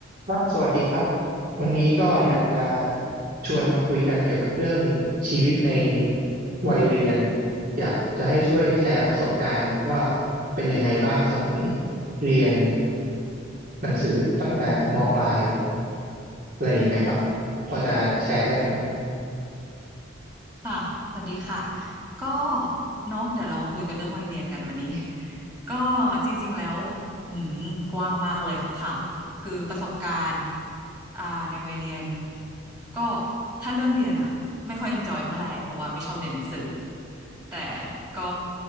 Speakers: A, on the right (about 45°); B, on the right (about 20°).
A: ครับสวัสดีครับวันนี้ก็อยากจะชวนมาคุยกันเกี่ยวกับเรื่องชีวิตในวัยเรียนอยากจะให้ช่วยแชร์ประสบการณ์ว่าเป็นยังไงบ้างสมัยเรียนหนังสือตั้งแต่มปลายอะไรอย่างเงี้ยครับพอจะแชร์ได้ไหมครับ
B: ค่ะสวัสดีค่ะ ก็เนาะเดี๋ยวเรามาคุยกันเรื่องวัยเรียนกันวันนี้ <laughs> ก็จริงๆแล้วอืมกว้างมากเลยคำถาม คือประสบการณ์อ่าในวัยเรียน ก็ถ้าเรื่องเรียนอะ ไม่ค่อยเอนจอยเท่าไหร่เพราะว่าไม่ชอบเรียนหนังสือแต่ก็